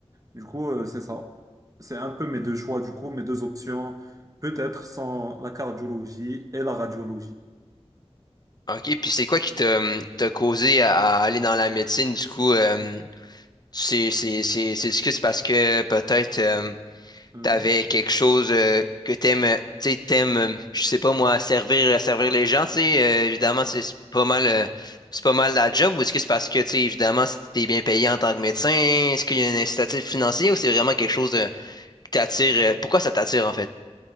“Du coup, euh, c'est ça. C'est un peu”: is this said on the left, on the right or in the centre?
Right